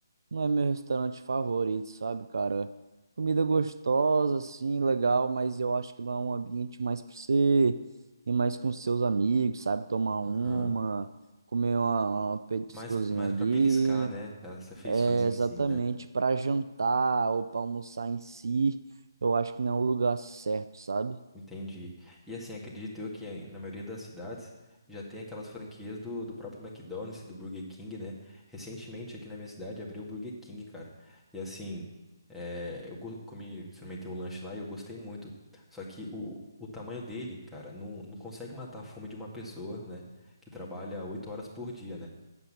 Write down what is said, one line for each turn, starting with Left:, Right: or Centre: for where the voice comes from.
Right: Não é meu restaurante favorito, sabe, cara? Comida gostosa, assim, legal, mas eu acho que lá é um ambiente mais pra você ir mais com seus amigos, sabe? Tomar uma,
Centre: Aham.
Right: comer uma, uma petiscozinha
Centre: Mas, mas
Right: ali.
Centre: para beliscar, né? As refeições
Right: É
Centre: em
Right: exatamente
Centre: si, né?
Right: para jantar ou para almoçar em si. Eu acho que não é o lugar certo, sabe?
Centre: Entendi. E assim, acredito eu que na maioria das cidades já tem aquelas franquias do, do próprio McDonald's, do Burger King, né? Recentemente aqui na minha cidade abriu o Burger King, cara. E assim, eh, eu go- comi, experimentei o lanche lá e eu gostei muito. Só que o, o tamanho dele, cara, não, não consegue matar a fome de uma pessoa, né? Que trabalha oito horas por dia, né?